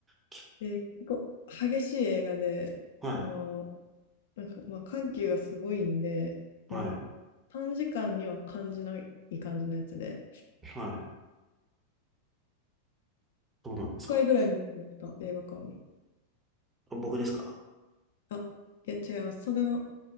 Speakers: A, on the right; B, on the left.
A: き
B: で、結構激しい映画で、
A: は
B: その、なんかまあ緩急がすごいんで、もう
A: い。はい。
B: 3時間には感じない感じのやつで、
A: はい。どうなんですか
B: 5回ぐらい見てました、映画館に。
A: 僕ですか
B: あ、いや、違います。それは